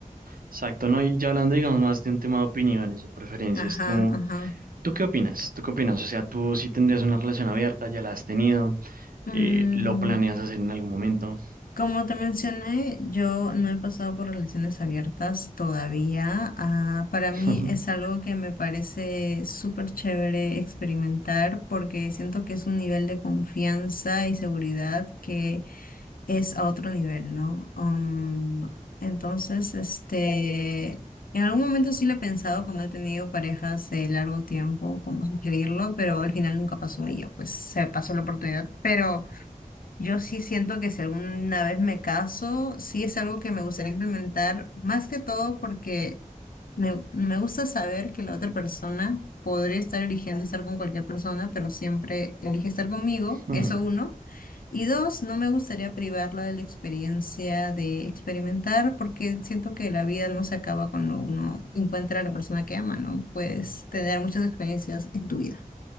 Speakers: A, on the right; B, on the left.
A: exacto, ¿no? Y ya hablando, digamos, más de un tema de opiniones o preferencias,
B: Ajá,
A: ¿tú,
B: ajá.
A: tú qué opinas? ¿Tú qué opinas? O sea, ¿tú sí tendrías una relación abierta? ¿Ya la has tenido?
B: Mm,
A: Eh, ¿lo planeas hacer en algún momento?
B: Como te mencioné, yo no he pasado por relaciones abiertas todavía. Ah, para mí
A: <laughs>
B: es algo que me parece súper chévere experimentar porque siento que es un nivel de confianza y seguridad que es a otro nivel, ¿no? Um, entonces, este, en algún momento sí lo he pensado cuando he tenido parejas de largo tiempo, como sugerirlo, pero al final nunca pasó y yo pues se pasó la oportunidad, pero... Yo sí siento que si alguna vez me caso, sí es algo que me gustaría implementar, más que todo porque me, me gusta saber que la otra persona podría estar eligiendo estar con cualquier persona, pero siempre elige estar conmigo,
A: Ujú,
B: eso uno. Y dos, no me gustaría privarla de la experiencia de experimentar porque siento que la vida no se acaba cuando uno encuentra a la persona que ama, ¿no? Puedes tener muchas experiencias en tu vida.